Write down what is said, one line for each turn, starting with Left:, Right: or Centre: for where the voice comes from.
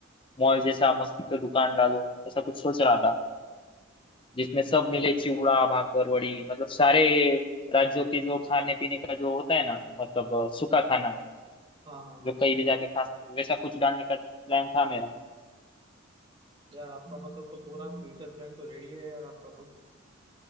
Left: मॉल जैसा मस्त तो दुकान डालो ऐसा कुछ सोच रहा था जिसमें सब मिले चिवड़ा भाकर वड़ी मतलब सारे राज्यों के जो खाने पीने का जो होता है ना मतलब अ, सूखा खाना
Right: हाँ हाँ हाँ
Left: जो कहीं भी जाके खा सकते हैं, वैसा कुछ डालने का प्लान था मेरा
Right: यार आपका मतलब तो पूरा फ्यूचर प्लान तो रेडी है यार आपका तो